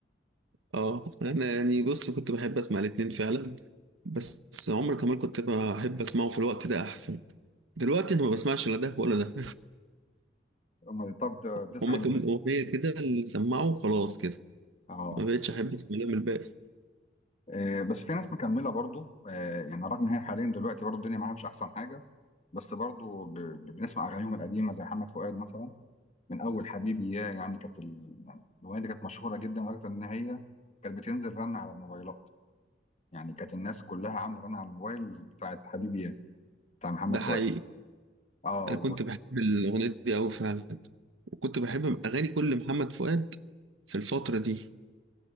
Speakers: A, on the right (about 80°); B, on the left (about 35°).
A: اه انا يعني بص كنت بحب اسمع الاتنين فعلا بس عمر كمال كنت بحب اسمعه في الوقت ده احسن دلوقتي انا ما بسمعش لا ده ولا ده
B: امال طب
A: <laughs>
B: بتسمع
A: هما
B: ايه دلوقتي؟
A: كام اغنيه كده اللي سمعوا خلاص كده
B: اه
A: ما بقتش احب اسمع لهم الباقي
B: آه، بس في ناس مكمله برضو آه، يعني رغم ان هي حاليا دلوقتي برضو الدنيا معاها مش احسن حاجه بس برضو ب- ب- بنسمع اغانيهم القديمه زي محمد فؤاد مثلا من اول حبيبي يا يعني كانت ال- يعني الاغنيه دي كانت مشهوره جدا لدرجه ان هي كانت بتنزل رن على الموبايلات يعني كانت الناس كلها عامله رن على الموبايل بتاعت حبيبي يا بتاع محمد
A: ده حقيقي
B: فؤاد اه
A: انا كنت بحب الاغنيه دي قوي فعلا وكنت بحب اغاني كل محمد فؤاد في الفتره دي